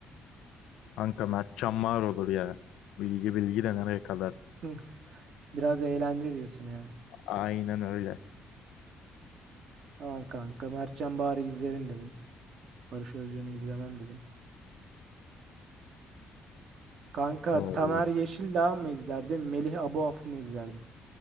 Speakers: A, on the left; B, on the right.
A: Kanka Mertcan Mağar olur ya. Bilgi bilgi de nereye kadar?
B: <laughs> Biraz eğlence diyorsun yani.
A: Aynen öyle.
B: Tamam kanka Mertcan Bahar'ı izlerim dedin. Barış Özcan'ı izlemem dedin. Kanka
A: Doğru.
B: Tamer Yeşildağ mı izlerdin? Melih Aboaf'ı mı izlerdin?